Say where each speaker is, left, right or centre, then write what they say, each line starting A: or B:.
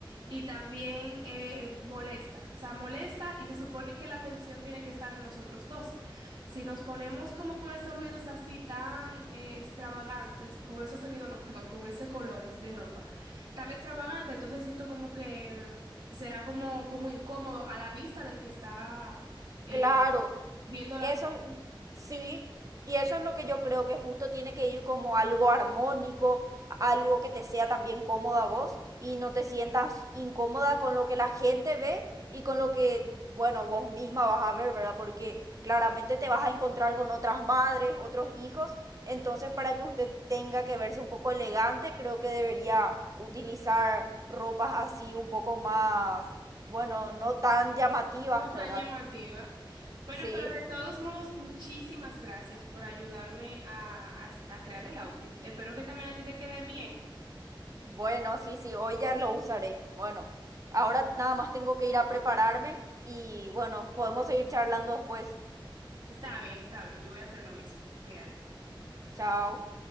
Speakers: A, on the right; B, on the right.
A: y también eh, molesta. O sea, molesta y se supone que la atención tiene que estar en nosotros dos. Si nos ponemos como con esos ruidos así tan eh, extravagantes, con esos sonidos, no, perdón, con esos colores de ropa tan extravagante, entonces siento como que será como, como incómodo a la vista del que está eh,
B: claro.
A: viendo la
B: Eso
A: foto.
B: es- sí, y eso es lo que yo creo que justo tiene que ir como algo armónico, algo que te sea también cómoda a vos y no te sientas incómoda con lo que la gente ve y con lo que, bueno, vos misma vas a ver, ¿verdad? Porque claramente te vas a encontrar con otras madres, otros hijos, entonces para que usted tenga que verse un poco elegante, creo que debería utilizar ropas así un poco más, bueno, no tan llamativas,
A: No
B: ¿verdad?
A: tan llamativa. Bueno,
B: Sí.
A: pero de todos modos, muchísimas gracias por ayudarme a, a s- a crear el outfit. Espero que también a ti te quede bien.
B: Bueno, sí, sí, hoy ya lo usaré. Bueno, ahora nada más tengo que ir a prepararme y bueno, podemos seguir charlando después.
A: Está bien, está bien. Yo voy a hacer lo mismo. Cuídate.
B: Chao.